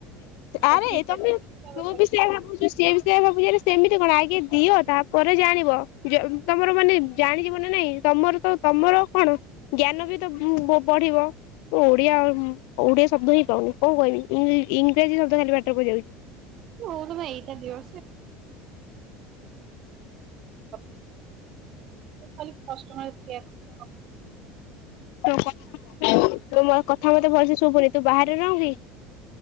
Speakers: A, on the left; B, on the right.
A: ଆରେ
B: ପଚିଶ ତାରିଖ
A: ତମେ
B: ଯିବି ତାପରେ
A: ତୁ
B: କରିବି।
A: ବି ସେଇଆ ଭାବୁଛୁ ସିଏ ବି ସେୟା ଭାବୁଚି ଆରେ ସେମିତି କଣ ଆଗେ ଦିଅ ତା ପରେ ଜାଣିବ ତମର ମାନେ ଜାଣିଯିବ ନା ନାଇଁ ତମର ତ ତମର କଣ? ଜ୍ଞାନ ବି ତ ଵ ବଢିବ। ମୁଁ ଓଡିଆ ଓଡିଆ ଶବ୍ଦ ହିଁ ପାଉନି କଣ କହିବି ଇଂରାଜୀ ଶବ୍ଦ ଖାଲି ପାଟିରେ ପଶି ଯାଉଛି।
B: ସେ ହଉ ତମେ ଏଇଟା ଦିଅ <unintelligible> ଖାଲି କଷ୍ଟମର କେୟାର ସହିତ ଗପିଵ।
A: <unintelligible> ମତେ ଭଲସେ ଶୁଭୁନି ତୁ ବାହାରେ ନାହୁ କିି